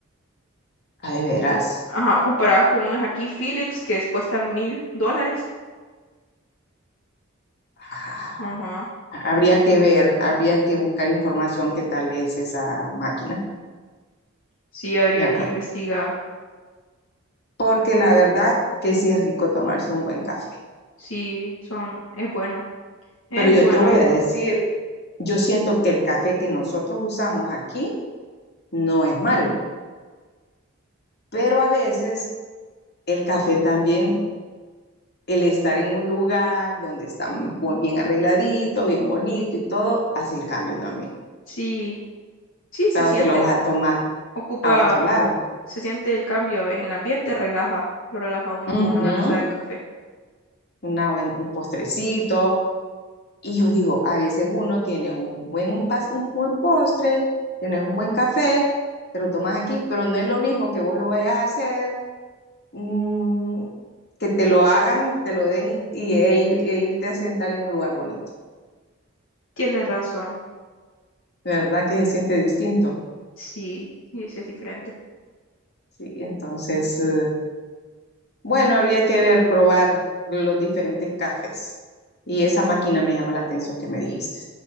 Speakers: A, on the left; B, on the left.
A: a de veras.
B: Ajá, comparadas con unas aquí Philips que es- cuestan mil dólares.
A: Ah,
B: Ajá,
A: habría que ver, habría que buscar información qué tal es esa máquina,
B: sí, habría
A: ¿verdad?
B: que investigar.
A: Porque la verdad que sí es rico tomarse un buen café.
B: Sí, son, es bueno, es
A: Pero yo
B: bueno.
A: te voy a decir, yo siento que el café que nosotros usamos aquí no es malo, pero a veces el café también, el estar en un lugar donde está bu- bien arregladito, bien bonito y todo, hace el cambio también.
B: Sí, sí, se
A: Cuando
B: siente,
A: te lo vas a tomar
B: ocupa,
A: a otro lado.
B: se siente el cambio en el ambiente, relaja, lo relaja uno
A: Ujú,
B: con una buena taza de café.
A: una buen- un postrecito Y yo digo, a veces uno tiene un buen, pas- un buen postre, tienes un buen café, te lo tomas aquí, pero no es lo mismo que vos lo vayas a hacer, mm, que te lo hagan, te lo den y, y- e ir- e irte a sentar en un lugar bonito.
B: Tiene razón.
A: ¿Verdad que se siente distinto?
B: Sí, sí, sí es diferente.
A: Sí, entonces, eh, bueno, habría que ver, probar los diferentes cafés. Y esa máquina me llama la atención que me dijiste.